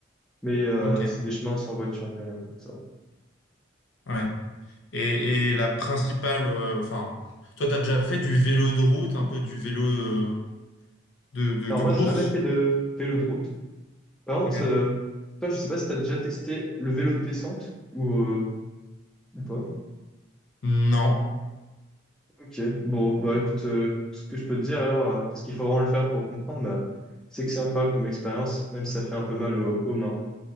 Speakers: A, in the centre; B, on the left.
A: Mais euh,
B: Ok,
A: c'est des chemins sans voiture, ni rien. ça va.
B: ouais. Et, et la principale, euh, enfin, toi, t'as déjà fait du vélo de route, un peu du vélo euh, de, de,
A: Alors
B: de
A: moi,
B: course?
A: j'ai jamais fait de vélo de route. Par contre,
B: Ok.
A: euh, toi, je sais pas si tu as déjà testé le vélo de descente ou, euh, ou pas.
B: Hmm. Non.
A: Ok, bon, bah écoute, euh, tout ce que je peux te dire alors, euh, parce qu'il faut vraiment le faire pour comprendre, bah, c'est que c'est incroyable comme expérience, même si ça fait un peu mal aux, aux mains.